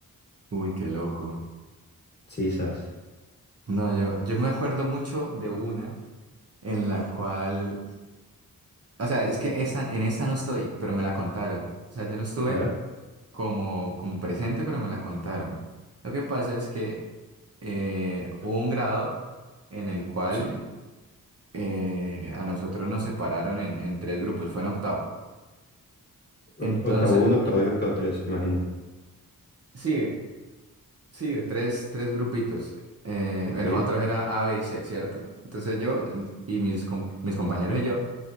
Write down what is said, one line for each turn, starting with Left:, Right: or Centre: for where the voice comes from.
Right: Uy, qué loco.
Left: Sí, sas.
Right: No, yo, yo me acuerdo mucho de una. en la cual, o sea, es que esta, en esta no estoy, pero me la contaron. O sea, yo no estuve
Left: A ver.
Right: como, como presente, pero me la contaron. Lo que pasa es que eh, hubo un grado en el cual
Left: Sí.
Right: eh, a nosotros nos separaron en, en tres grupos, fue en octavo.
Left: O-
Right: Entonces,
Left: Octavo uno, octavo y octavo tres, imagino.
Right: sí, sí, de tres, tres grupitos. Eh,
Left: Ok.
Right: en nosotros era A, B y C, ¿cierto? Entonces yo y mis, com- mis compañeros y yo.